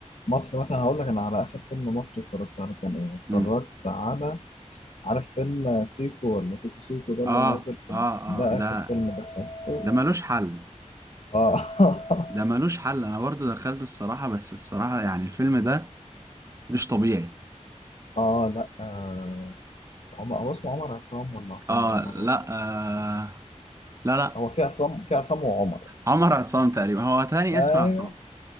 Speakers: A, on the left; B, on the right.
A: مصر مثلا هقول لك انا على اخر فيلم مصري اتفرجت عليه كان ايه اتفرجت
B: امم
A: على عارف فيلم سيكو ولا سيكو سيكو ده اللي
B: اه
A: نازل في
B: اه
A: ده
B: اه ده
A: آخر فيلم دخلته
B: ده ملوش حل
A: اه
B: ده ملوش حل انا برضو دخلته الصراحة بس الصراحة يعني الفيلم ده مش طبيعي
A: <laughs> اه لا آه. عمر هو اسمه عمر عصام ولا عصام
B: اه
A: عمر ولا
B: لا
A: عصام؟
B: آه لا لا
A: هو في عصام في عصام وعمر يعني.
B: عمر عصام تقريبا هو تاني
A: ايوه
B: اسم عصام